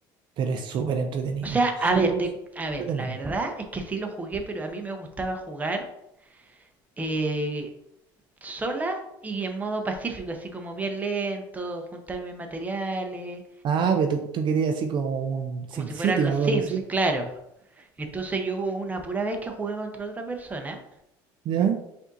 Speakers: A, on the right (about 50°); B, on the right (about 15°).
A: Pero es súper entretenido,
B: O sea,
A: súper,
B: a ver, te,
A: súper
B: a ver,
A: entretenido.
B: la verdad es que sí lo jugué, pero a mí me gustaba jugar eh, sola y en modo pacífico, así como bien lento, juntarme materiales,
A: Ah, pero tú, tú querías así como un
B: como
A: SimCity,
B: si fueran los
A: una
B: Sims,
A: cosa así,
B: claro. Entonces yo hubo una pura vez que jugué contra otra persona
A: ¿ya?